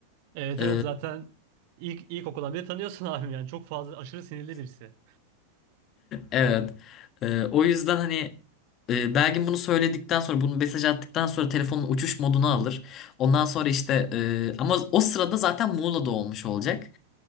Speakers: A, on the right; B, on the left.
A: Evet
B: E,
A: evet zaten ilk ilkokuldan beri tanıyorsun <laughs> abim yani çok fazla aşırı sinirli birisi.
B: Evet. Ee, o yüzden hani e, Belgin bunu söyledikten sonra bunu mesaj attıktan sonra telefonun uçuş moduna alır. Ondan sonra işte e, ama o sırada zaten Muğla'da olmuş olacak.